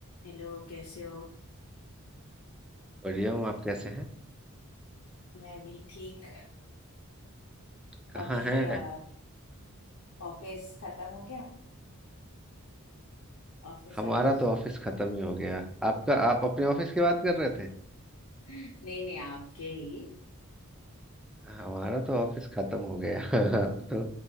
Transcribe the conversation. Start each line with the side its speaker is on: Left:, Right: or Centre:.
Left: Hello कैसे हो
Centre: बढ़िया हूँ आप कैसे हैं
Left: मैं भी ठीक
Centre: कहाँ
Left: अभी
Centre: हैं
Left: अ, ऑफिस खत्म हो गया ऑफिस
Centre: हमारा
Left: आज
Centre: तो ऑफिस खत्म ही हो गया आपका आप अपने ऑफिस की बात कर रहे थे
Left: नहीं नहीं आपके ही
Centre: हमारा तो ऑफिस खत्म हो गया <laughs> अब तो